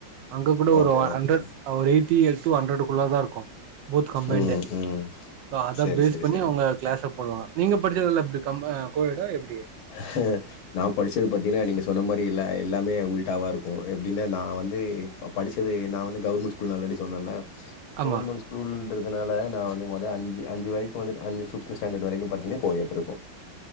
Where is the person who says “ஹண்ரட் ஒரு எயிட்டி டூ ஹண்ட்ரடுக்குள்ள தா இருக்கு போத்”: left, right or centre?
Right